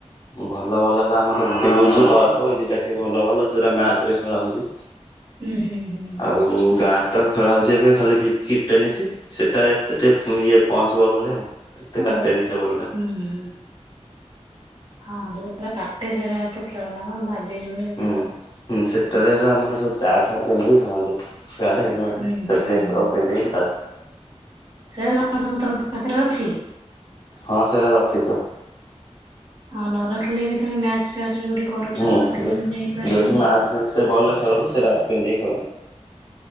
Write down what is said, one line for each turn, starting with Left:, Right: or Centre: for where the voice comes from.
Left: ଭଲ ବଲ୍ ହେଲା ଆମର ଡିଉଜ କର୍ବ ଏଇ ଦିଟା ଟିକିେ ଭଲ ବଲ୍ ଯୋଉଟା ମ୍ୟାଚରେ ଖେଳା ହୋଉଚି।
Right: ଉଁ ହୁଁ ହୁଁ।
Left: ଆଉ ଗାଁରେ ତ ଖେଳା ହୋଉଚି ଏବେ ଖାଲି ଭିକି ଟେନିସ୍। ସେଟା ଏତେ ଟିକେ ଇଏ ପଞ୍ଚ ବଲ୍ ଭଳିଆ ଆଉ। ଏତେ
Right: ଓହୋ
Left: କାଟେନି
Right: ହୁଁ
Left: ସେ ବଲ୍ ଟା
Right: ହୁଁ। ହଁ ଯୋଉାରା କାଟେ ସେଟା ଏତେ ଖେଳନା ମ ବାଜି ଜିବ ଯଦି
Left: ହୁଁ।
Right: ବା
Left: ହୁଁ ସେତେବେଳେ ହେରା ଆମର ସବୁ ପ୍ୟାଡ ଫ୍ୟାଡ ପିନ୍ଧିକି ଖେଳନ୍ତି। ପ୍ୟାଡ ହେ ଲମେଟ୍
Right: ହୁଁ
Left: ସେଫଟି
Right: ହୁଁ।
Left: ଜିନିଷ ସବୁ ପିନ୍ଧିକି <unintelligible>
Right: ସେଇରା କଣ ସବୁ ତମ ପାଖରେ ଅଛି?
Left: ହଁ ସେଇରା ରଖିଛୁ।
Right: ହଁ ନରଖିଲେ ବି ତମେ ମ୍ୟାଚ ଫ୍ୟାଚ ଯୋଉଠି କରୁଚ
Left: ହୁଁ
Right: ଖେଳି
Left: ଯୋ
Right: ଯାଇପାରିବନି।
Left: ଯୋଉଠି ମ୍ୟାଚ୍ ସେ ବଲ୍ ରେ ଖେଳିଲେ ସେରା ପିନ୍ଧିକି ଖେଳନ୍ତି।